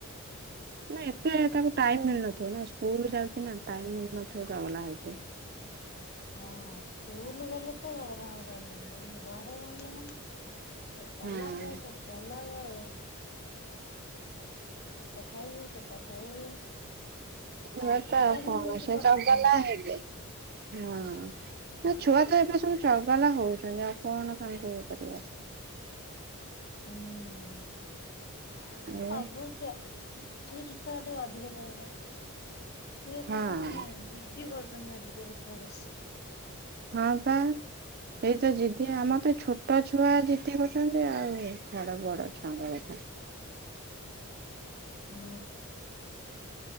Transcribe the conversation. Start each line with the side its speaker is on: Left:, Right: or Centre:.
Right: ନାଇ ଏତେ ତାକୁ ଟାଇମ୍ ମିଳୁନଥିବ ନା ସ୍କୁଲ ଯାଉଛି ନା ଟାଇମ ମିଳୁ ନଥିବ ଚଗଲା ଏତେ।
Left: ହଁ, ସ୍କୁଲ ଗଲେ ତ ଚଗଲା ହବକୁ ଟାଇମ୍ ମିଳୁନି ଘରେ ରହିଲେ ମାନେ ଏଟା
Right: ହଁ
Left: ଲାଗ ସେଟା ଲାଗ। ଏଟା ଖାଇବୁ ସେଟା ଖାଇବୁ।
Right: ପୁଅ
Left: ପାଠ
Right: ତଆଉ
Left: ଟା
Right: କଣ
Left: କିନ୍ତୁ ବେଶୀ
Right: ସେ
Left: ପଢା
Right: ଚଗଲା
Left: ହଉନି
Right: ହେବେ, ହଁ। ନା ଛୁଆ ଥ ଏବେ ସବୁ ଚଗଲା ହଉଛନ୍ତି ଆଉ କଣ କାଇଁ ଇଏ କରିବ।
Left: ହୁଁ ହୁଁ
Right: ଆଉ
Left: ସବୁ ଛୁଆ। କିଛି କିଛି ଛୁଆ ଟିକେ ଅଧିକ ଚଗଲା ସିଏ
Right: ହଁ
Left: କଣ ମାନେ ଜିଦି କରୁ ଆଜିକାଲି ଛୁଆ ବେଶୀ।
Right: ହଁ ପା। ସେଇ ତ ଜିଦି ଆମର ତ ଛୋଟ ଛୁଆ ଜିଦି କରଛନ୍ତି। ଆଉ ଛଡ ବଡ ଛୁଆଙ୍କ କଥା।
Left: ହୁଁ।